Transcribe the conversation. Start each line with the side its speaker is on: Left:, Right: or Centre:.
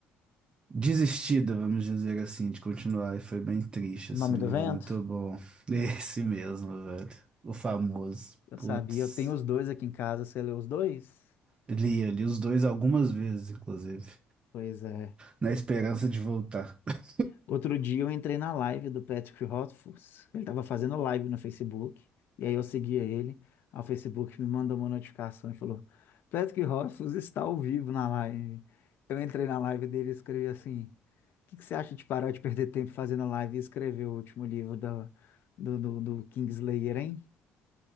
Right: desistida, vamos dizer assim, de continuar. E foi bem triste,
Left: Nome
Right: assim,
Left: do
Right: um livro
Left: Vento?
Right: muito bom. <laughs> Esse mesmo, velho. O famoso.
Left: Eu
Right: Putz.
Left: sabia, eu tenho os dois aqui em casa. Você leu os dois?
Right: Li, eu li os dois algumas vezes, inclusive,
Left: Pois é.
Right: na esperança de voltar. <laughs>
Left: Outro dia eu entrei na live do Patrick Rothfuss. Ele estava fazendo live no Facebook. E aí eu seguia ele. Aí o Facebook me mandou uma notificação e falou: Patrick Rothfuss está ao vivo na live. Eu entrei na live dele e escrevi assim: O que que você acha de parar de perder tempo fazendo live e escrever o último livro da- do, do, do Kingslayer, hein?